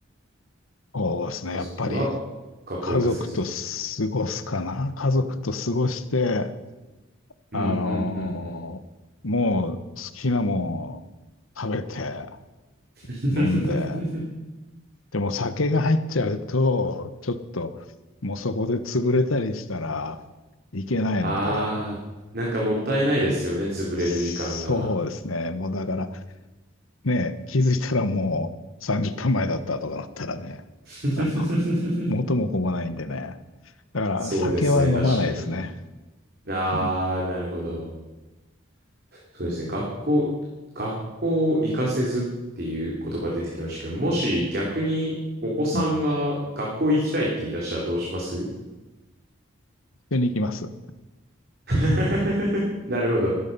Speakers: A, on the left; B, on the right.
A: そうですね。
B: 家族は
A: やっぱり
B: 学校行かせず。
A: 家族と過ごすかな。家族と過ごして、あのーもう好きなもん食べて
B: うん、うん、うん、うん。<laughs>
A: 飲んで、でも酒が入っちゃうと、ちょっともうそこで潰れたりしたらいけないので、
B: ああ、なんかもったいないですよね、潰れる時間が。
A: そうですね。もうだからね、気づいたらもう30分前だったとかなったらね、
B: <laughs>
A: あの、元も子もないんでね。だから酒は飲まないですね。
B: そうですね、確かに。ああ、
A: う
B: なるほど。そうですね、学校、学校行かせずっていう言葉出てきましたけど、もし逆にお子さんが学校行きたいって言い出したらどうします
A: ん。緒に行きます。
B: <laughs> なるほど。